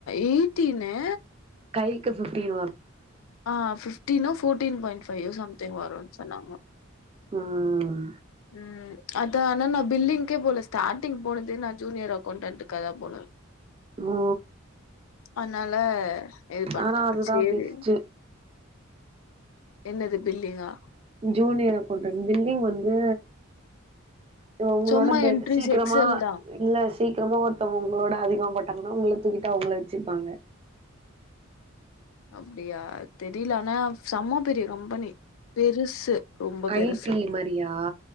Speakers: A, on the left (about 80°); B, on the right (about 30°).
A: எய்டினு
B: கைக்கு ஃபிவ்டீன் வரு
A: ஆ ஃபிப்டீனோ ஃபோர்ட்டீன் பாயிண்ட் ஃபைவ் சம்திங் வரு சொன்னாங்க
B: உம்
A: ம் அத ஆனா நா பில்லிங்கே போல ஸ்டார்டிங் போனதே நா ஜூனியர் அகௌவுண்டன்க்கு தா போனே
B: ஓ
A: அதனால இது பண்டாங்க
B: ஆனா அதுதா
A: சேரி
B: பெஸ்ட்டு
A: என்னது பில்லிங்கா
B: ஜூனியர் அக்கௌடெண்ட் பில்லிங் வந்து இது ஒங்களோட
A: சும்மா
B: பெட்
A: என்ட்ரிஸ்
B: சீக்ரமா
A: எக்ஸல் தா
B: இல்ல சீக்கிரமா ஒருத்தவங்க உங்களோட அதிகமா பன்டாங்கன்னா உங்கள தூக்கிட்டு அவங்கள வச்சிப்பாங்க
A: அப்டியா தெரியல ஆனா செம பெரிய கம்பெனி பெருசு ரொம்ப
B: ஐ
A: பெருசு
B: டி மாரியா